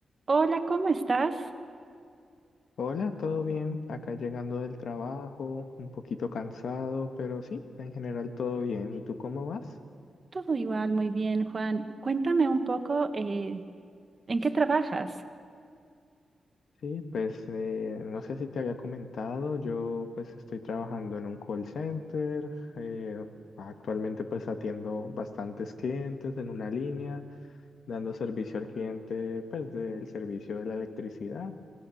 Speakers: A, on the right; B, on the left.
A: Hola, ¿cómo estás?
B: Hola, ¿todo bien? Acá llegando del trabajo, un poquito cansado, pero sí, en general todo bien. ¿Y tú cómo vas?
A: Todo igual, muy bien, Juan. Cuéntame un poco, eh, ¿en qué trabajas?
B: Sí, pues eh, no sé si te había comentado, yo pues estoy trabajando en un call center, eh, actualmente pues atiendo bastantes clientes en una línea, dando servicio al cliente pues del servicio de la electricidad.